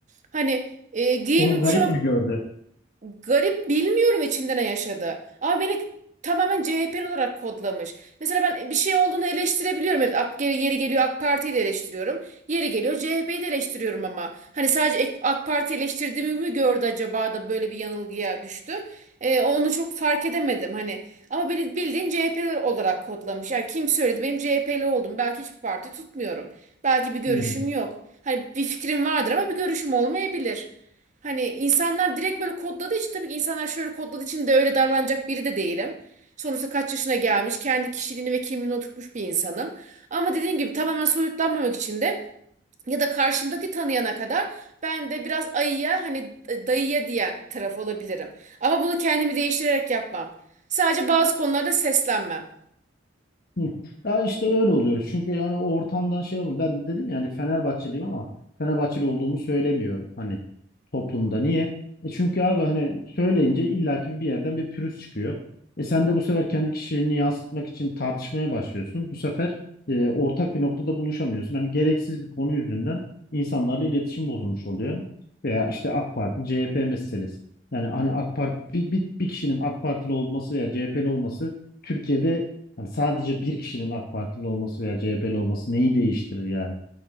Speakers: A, on the right; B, on the left.
A: Hani e, giyimim
B: Onu garip
A: kuşamam
B: mi gördü?
A: Garip bilmiyorum içinde ne yaşadı. Ama beni tamamen CHP'li olarak kodlamış. Mesela ben bir şey olduğunu eleştirebiliyorum. Evet, AK, yeri geliyor AK Parti'yi de eleştiriyorum. Yeri geliyor CHP'yi de eleştiriyorum ama. Hani sadece ek- AK Parti eleştirdiğimi mi gördü acaba da böyle bir yanılgıya düştü. Ee, onu çok fark edemedim hani. Ama beni bildiğin CHP'li olarak kodlamış. Yani kim söyledi benim CHP'li oldum. Belki hiçbir parti tutmuyorum. Belki bir görüşüm
B: Yani.
A: yok. Hani bir fikrim vardır ama bir görüşüm olmayabilir. Hani insanlar direkt böyle kodladığı için tabii ki insanlar şöyle kodladığı için de öyle davranacak biri de değilim. Sonuçta kaç yaşına gelmiş, kendi kişiliğini ve kimliğini oturtmuş bir insanım. Ama dediğim gibi tamamen soyutlanmamak için de ya da karşımdaki tanıyana kadar ben de biraz ayıya hani dayıya diyen taraf olabilirim. Ama bunu kendimi değiştirerek yapmam. Sadece bazı konularda seslenmem.
B: Hı. Ya işte öyle oluyoruz Çünkü yani o ortamdan şey olur. Ben de dedim yani Fenerbahçeliyim ama Fenerbahçeli olduğumu söylemiyorum hani toplumda. Niye? E çünkü abi hani söyleyince illaki bir yerden bir pürüz çıkıyor. E sen de bu sefer kendi kişiliğini yansıtmak için tartışmaya başlıyorsun. Bu sefer e, ortak bir noktada buluşamıyorsun. Hani gereksiz bir konu yüzünden insanlarla iletişim bozulmuş oluyor. Veya işte AK Parti, CHP meselesi. Yani hani AK Parti bir, bir, bir kişinin AK Partili olması veya CHP'li olması Türkiye'de Hani sadece bir kişinin AK Partili olması veya CHP'li olması neyi değiştirir yani?